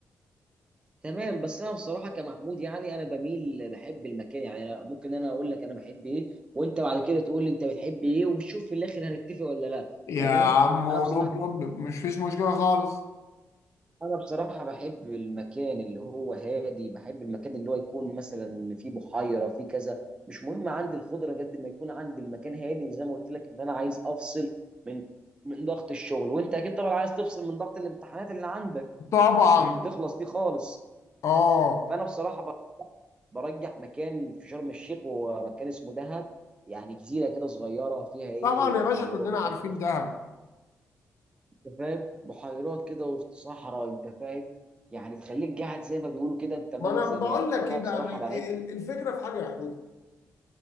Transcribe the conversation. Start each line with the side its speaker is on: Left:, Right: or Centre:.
Right: تمام بس أنا بصراحة كمحمود يعني أنا بميل بحب المكان يعني أنا ممكن أنا أقول لك أنا بحب إيه وأنت بعد كده تقول لي أنت بتحب إيه وشوف في الآخر هنتفق ولا لا
Left: يا
Right: تمام
Left: عم نو
Right: أنا بصراحة
Left: بروبلم مش فيش مشكله خالص
Right: انا بصراحه بحب المكان اللي هو هادي بحب المكان اللي هو يكون مثلا فيه بحيره فيه كذا مش مهم عندي الخضره قد ما يكون عندي المكان هادي وزي ما قلت لك ان انا عايز افصل من من ضغط الشغل وانت اكيد طبعا عايز تفصل من ضغط الامتحانات اللي عندك
Left: طبعا
Right: مش بتخلص دي خالص
Left: اه
Right: فانا بصراحه ب- برجح مكان في شرم الشيخ ومكان اسمه دهب يعني جزيره كده صغيره فيها ايه
Left: طبعا
Right: بحيرات
Left: يا باشا كلنا عارفين دهب
Right: انت فاهم بحيرات كده وسط صحراء انت فاهم يعني تخليك قاعد زي ما بيقولوا كده انت ملك
Left: ما انا
Right: زمانك
Left: بقول لك
Right: فانا
Left: ايه بقى
Right: بصراحه
Left: ما-
Right: برايك
Left: ال- الفكره في حاجه يا حوده